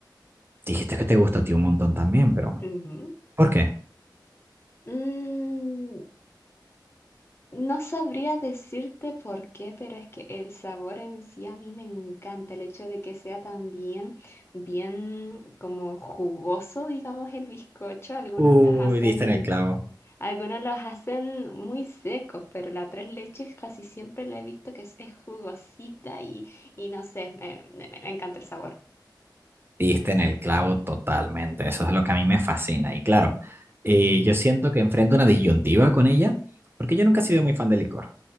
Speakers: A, on the right; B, on the left.
A: Dijiste que te gusta a ti un montón también, pero
B: Ujú.
A: ¿por qué?
B: Mm, no sabría decirte por qué, pero es que el sabor en sí a mí me encanta. El hecho de que sea también bien como jugoso, digamos, el bizcocho. Algunos
A: Uy,
B: las hacen
A: diste en el clavo.
B: Algunos los hacen muy secos, pero la tres leches casi siempre la he visto que es, es jugosita y, y no sé, me, me- me encanta el sabor.
A: Diste en el clavo totalmente, eso es lo que a mí me fascina. Y claro, eh, yo siento que enfrento una disyuntiva con ella, porque yo nunca he sido muy fan del licor,